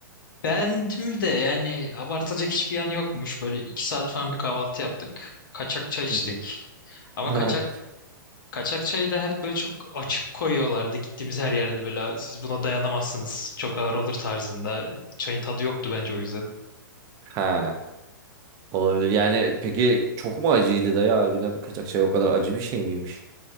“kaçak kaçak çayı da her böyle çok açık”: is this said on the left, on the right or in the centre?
Left